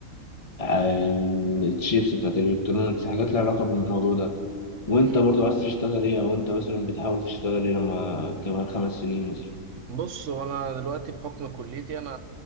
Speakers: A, on the left; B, on the right.
A: عن الشيبس بتاعت الالكترونيكس حاجات لها علاقة بالموضوع ده وانت
B: بعدين
A: برضو عايز تشتغل ايه او انت مثلا بتحاول تشتغل ايه لما كمان خمس سنين مثلا
B: بص هو انا دلوقتي بحكم كليتي انا